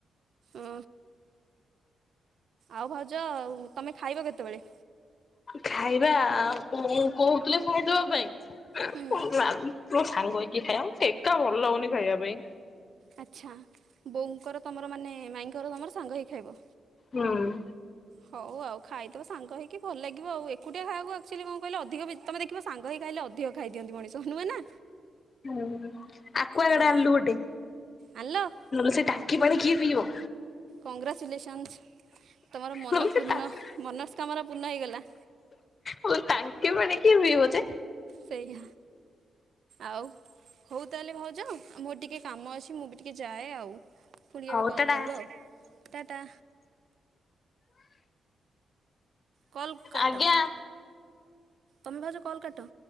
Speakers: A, on the right (about 65°); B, on the left (about 40°).
A: ଓ ଆଉ ଭାଉଜ ତମେ ଖାଇବ କେତେବେଳେ?
B: ଖାଇବା ଆଉ ବୋଉ କହୁଥିଲେ ଖାଇଦବା ପାଇଁ,
A: ହୁଁ
B: ମୁଁ ସାଙ୍ଗ ହେଇକି କି ଖାଇଆ, ଏକା ଭଲ ଲାଗୁନି ଖାଇବା ପାଇଁ।
A: ଆଚ୍ଛା, ବୋଉଙ୍କର ତମର ମାନେ, ମାଇଁଙ୍କର ତମର ସାଙ୍ଗ ହେଇକି ଖାଇବ?
B: ହୁଁ।
A: ହଉ ଆଉ ଖାଇଦବ ସାଙ୍ଗ ହେଇକି ଭଲ ଲାଗିବ ଆଉ, ଏକୁଟିଆ ଖାଇବାକୁ ଆଉ ଆକ୍ଚୁଲି କଁ କହିଲେ ଅଧିକ ବି ତମେ ଦେଖିବ, ସାଙ୍ଗ ହେଇ ଖାଇଲେ ଅଧିକ ଖାଇ ଦିଅନ୍ତି ମଣିଷ, ନୁଏଁ ନା?
B: ହୁଁ ଆକୁଆଗାଡ୍
A: ହଁ
B: ଆଣଲୁ ଗୋଟେ,
A: ଆଣିଲ ଆଉ
B: ନହେଲେ ସେ ଟାଙ୍କି ପାଣି କିଏ ପିଇବ?
A: କଂଗ୍ରାଚୁଲେସନ୍ସ୍। ତମର ମନ
B: ନହେଲେ ସେ
A: ପୂର୍ଣ୍ଣ,
B: ଟାଙ୍କି
A: ମନସ୍କାମନା ପୂର୍ଣ୍ଣ ହେଇଗଲା।
B: ହଉ ଟାଙ୍କି ପାଣି କିଏ ପିଇବ ଯେ?
A: ସେହିଆ ଆଉ, ହଉ ତାହେଲେ ଭାଉଜ ଯାଅ ମୋର ଟିକେ କାମ ଅଛି ମୁଁ ବି ଟିକେ ଯାଏ ଆଉ, ପୁଣି କେବେ
B: ହଉ
A: କଲ୍
B: ଟାଟା
A: କରିବ ଆଉ। ଟାଟା। କଲ୍ କାଟ।
B: ଆଜ୍ଞା।
A: ତମେ ଭାଉଜ କଲ୍ କାଟ।